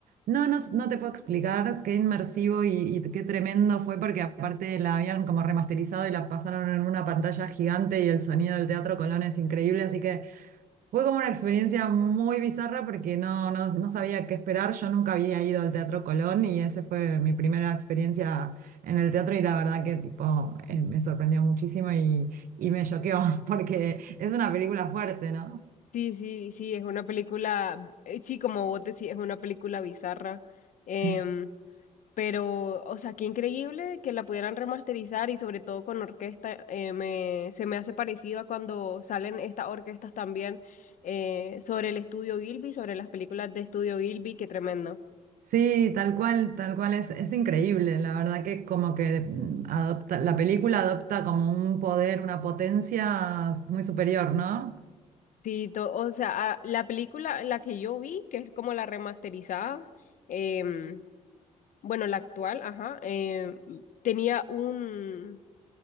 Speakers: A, on the right; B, on the left.
A: No, no, no te puedo explicar qué inmersivo y, y qué tremendo fue, porque aparte la habían como remasterizado y la pasaron en una pantalla gigante y el sonido del Teatro Colón es increíble, así que... Fue como una experiencia muy bizarra porque no, no, no sabía qué esperar. Yo nunca había ido al Teatro Colón y esa fue mi primera experiencia en el teatro y la verdad que tipo, eh, me sorprendió muchísimo y, y me choqueó <laughs> porque es una película fuerte, ¿no?
B: Sí, sí, sí, es una película, eh, sí, como vos decís, es una película bizarra. Em,
A: Sí.
B: Pero, o sea, qué increíble que la pudieran remasterizar y sobre todo con orquesta, eh, me, se me hace parecido a cuando salen estas orquestas también eh, sobre el estudio Gilby, sobre las películas de estudio Gilby, qué tremendo.
A: Sí, tal cual, tal cual es, es increíble. La verdad que como que mm, adopta, la película adopta como un poder, una potencia muy superior, ¿no?
B: Sí, to- o sea, a- la película, la que yo vi, que es como la remasterizada, em, bueno, la actual, ajá, em, tenía un,